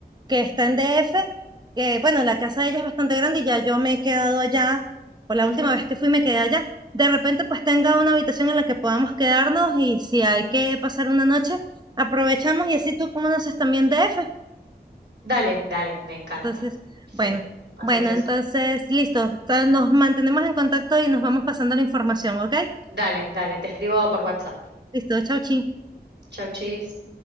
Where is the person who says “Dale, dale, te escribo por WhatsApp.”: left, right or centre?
Right